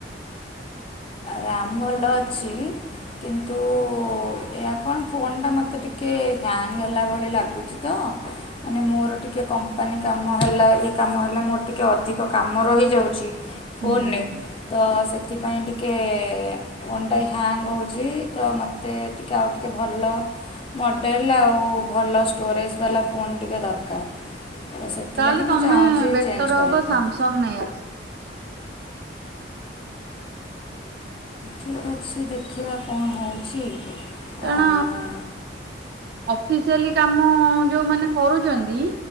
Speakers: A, on the left (about 30°); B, on the right (about 60°).
A: ରାମ ଭଲ ଅଛି କିନ୍ତୁ ଏହା କଣ ଫୋନ୍ ଟା ମତେ ମତେ ଟିକେ ହ୍ୟାଙ୍ଗ ହେଲା ଭଳି ଲାଗୁଛି ମାନେ ମୋର ଟିକେ କମ୍ପାନୀ କାମ ହେଲା ଇଏ କାମ ହେଲା ମୋର ଟିକେ ଅଧିକ କାମ ରହିଯାଉଛି। ଫୋନେ
B: ହୁଁ।
A: ତ ସେଥିପାଇଁ ଟିକ ଟିକେ ଫୋନଟା ହ୍ୟାଙ୍ଗ ହେଉଛି ତ ମୋତେ ଟିକେ ଆଉ ଟିକେ ଭଲ ମଡ଼େଲ ଆଉ ଭଲ ଷ୍ଟୋରେଜ୍ ବାଲା ଫୋନ୍ ଟିକେ ଦରକାର। ତ ସେଥିଲାଗି
B: ତାହେଲେ
A: ମୁଁ
B: ତମେ
A: ଚାହୁଁଛି
B: ବେଟର
A: ଚେଞ୍ଜ କରିବା ପାଇଁ।
B: <unintelligible>
A: ଠିକ୍ ଅଛି ଦେଖିବା କଣ ହେଉଛି।
B: କାରଣ
A: ଆଉ
B: ଅଫିସିଆଲି କାମ ଯୋଉମାନେ କରୁଛନ୍ତି